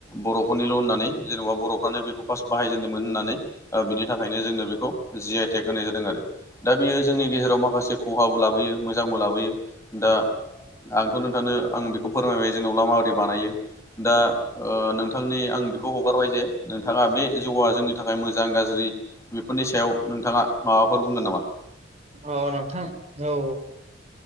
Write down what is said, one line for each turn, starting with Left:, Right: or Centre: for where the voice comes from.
Left: बर'फोरनिल' होननानै जेनबा बरफ्रानो बेखौ फार्स्ट बाहायजेनदोंमोन होननानै ओ बिनि थाखायनो जोंनो बेखौ जि आइ टेक होनाय जादों आरो दा बेयो जोंनि गेजेराव माखासे खहाबो लाबोयो मोजांबो लाबोयो दा आंथ नोंथांनो आं बेखौ फोरमायबाय जेनबा माबोरै बानायो दा ओ नोंथांनि आं खौ हगारबाय जे नोंथाङा बे जौआ जोंनि थाखाय मोजां गाज्रि बेफोरनि सायाव नोंथाङा माबा माबाफोर बुंगोन नामा?
Right: औ नोंथां औ